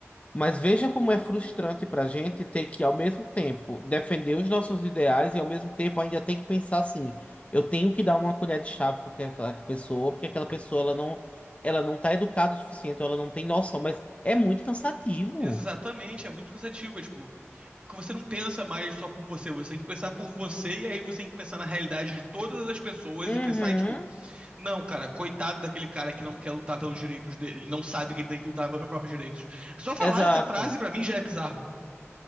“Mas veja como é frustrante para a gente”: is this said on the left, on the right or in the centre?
Left